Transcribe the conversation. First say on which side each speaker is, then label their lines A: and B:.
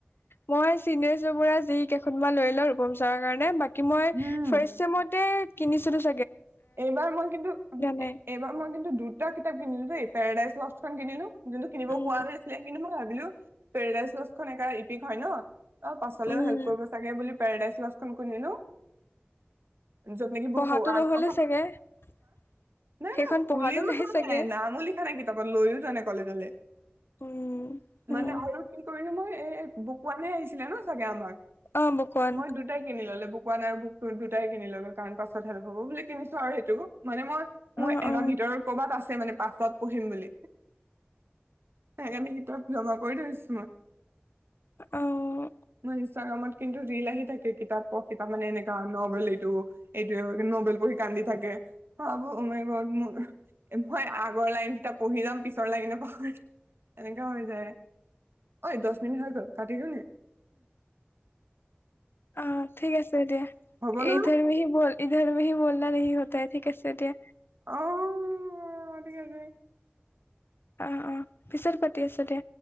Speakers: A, on the left (about 65°); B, on the right (about 70°).
A: মই চিনেছ <unintelligible> যি কেইখনমান লৈ লওঁ ৰূপম চাৰৰ কাৰণে বাক কি মই
B: উম
A: ফাৰ্চ চেমতে কিনিছিলোঁচ
B: এইবাৰ মই কিন্তু
A: নাই
B: -এইবাৰ মই কিন্তু দুটা কিতাপ কিনিলো দে। পেৰাডাইজ লষ্ট খন কিনিলো যোনটো কিনিব
A: উম
B: কোৱা নাছিলে কিন্তু মই ভাবিলোঁ পেৰাডাইজ লছ খন একা ইপিক হয় ন, অ, পাছলেও
A: উম
B: হেল্প কৰিব চাগে বুলি পোৰডাইছ লষ্ট খন কিনিলোঁ য'ত নিকি <unintelligible>
A: পঢ়াটো <unintelligible>
B: নাই-নাই খুলিও
A: পঢ়াটো
B: চোৱা
A: চাগে
B: নাই নামো লিখা নাই কিতাপত লৈও যোৱা নাই কলেজলে।
A: উম উম
B: মানে আৰু কি কৰিলো মই এ- এ বুক ৱানহে আহিছিলে ন, চাগে আমাক
A: অ বকোৱান
B: মই দুটাই কিনি ললে বুক পোৱা নাই বুকতো দুটাই কিনি ললোঁ কাৰণ পাছত হেল্প হ'ব বুলি কিনিছো আৰু সেইটো। মানে মই মোৰ
A: অ অ
B: <unintelligible> ভিতৰত ক'বাত আছে মানে পাছত পঢ়িম বুলি সেইকাৰণে কিতাপ জমা কৰি ধৰিছো মই। <inaudible>
A: অ
B: মই ইনষ্টগ্ৰামত। কিন্তু ৰীল আহি থাকে কিতাপ পঢ় কিতাপ মানে এনেকা নভেল এইটো এইটোয়ে নবেল পঢ়ি। কান্দি থাকে ভাবোঁ অ মাই গোট মোৰ হয় আগৰ লাইন দুটা পঢ়ি যাম পিছৰ লাইন। <unintelligible> এনেকা হৈ যায় ঐ দছ মিনিট হৈ গ'ল কাটি গলনি?
A: অ, ঠিক আছে দিয়া
B: হ'ব নহয়
A: ইধৰমেহী বল। ইধৰ মেহী বলনা নেহী হতাহে ঠিক আছে দিয়া।
B: আহ অিকেক <inaudible>
A: অহ অহ পিছত পাতি আছোঁ দে।